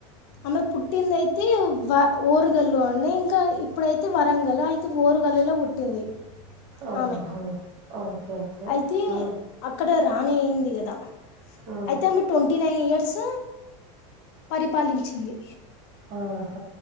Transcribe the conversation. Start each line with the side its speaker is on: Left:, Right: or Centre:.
Left: ఆమె పుట్టింది అయితే వ ఓరుగల్లు అండి ఇంకా ఇప్పుడైతే వరంగల్ అయితే ఓరు గల్లు లో పుట్టింది
Right: ఓహో
Left: ఆమె
Right: ఓకే ఓకే
Left: అయితే
Right: ఉమ్
Left: అక్కడ రాణి అయింది కదా
Right: ఉమ్
Left: అయితే ఆమె ట్వంటీ నైన్ ఇయర్స్ పరిపాలించింది
Right: అహ